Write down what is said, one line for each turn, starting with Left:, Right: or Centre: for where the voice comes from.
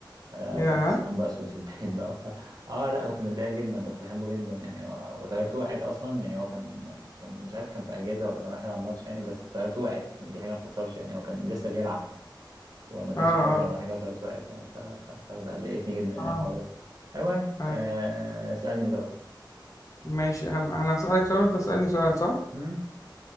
Right: آه
Left: يا
Right: بلبس لون بقى اسود في البيت بقى وبتاع اه لا كنت متضايق جدا كنت بحبه جدا يعني و- وطيارته وقعت اصلا يعني هو كان كان مش عارف كان في اجازه ولا كان رايح يلعب ماتش يعني بس طيارته وقعت يعني دي حاجه ما بتحصلش يعني هو كان لسه بيلعب وما كانش
Left: اه اه
Right: هتقدر ولا حاجه وطيارته وقعت يعني ف- ف- فده ضايقتني جدا يعني
Left: حرام
Right: الحوار ده المهم
Left: آه.
Right: آه اسالني انت بقى
Left: ماشي هم... انا هسألك سؤال وانت تسألني سؤال صح؟
Right: مم.